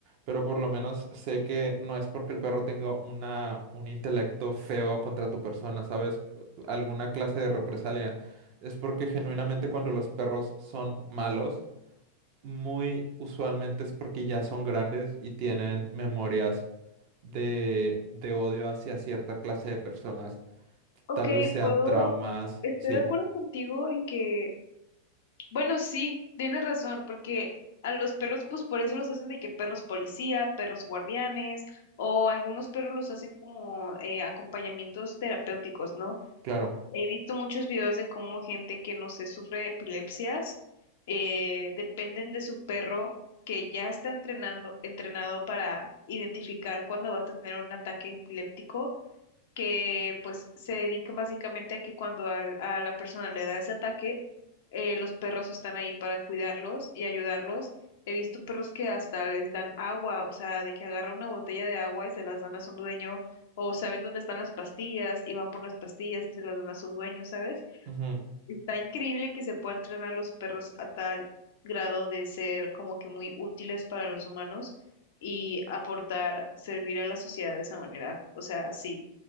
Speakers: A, on the right; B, on the left.
A: pero por lo menos sé que no es porque el perro tenga una, un intelecto feo contra tu persona, ¿sabes? Alguna clase de represalia. Es porque genuinamente cuando los perros son malos, muy usualmente es porque ya son grandes y tienen memorias de, de odio hacia cierta clase de personas.
B: Ok,
A: Tal vez sean
B: puedo,
A: traumas,
B: estoy
A: sí,
B: de acuerdo contigo en que, bueno, sí, tienes razón, porque a los perros, pues por eso los hacen de que perros policía, perros guardianes, o algunos perros los hacen como eh, acompañamientos terapéuticos, ¿no?
A: claro.
B: He visto muchos videos de cómo gente que, no sé, sufre de epilepsias, eh, dependen de su perro que ya está entrenando, entrenado para identificar cuando vas a tener un ataque epiléptico que pues se dedican básicamente a que cuando al- a, la persona le da ese ataque, eh, los perros están ahí para cuidarlos y ayudarlos. He visto perros que hasta les dan agua, o sea, de que agarran una botella de agua y se las dan a su dueño, o saben dónde están las pastillas y van por las pastillas y se las dan a su dueño, ¿sabes?
A: Ujú,
B: Está increíble que se pueda entrenar a los perros a tal grado de ser como que muy útiles para los humanos y aportar, servir a la sociedad de esa manera. O sea, sí,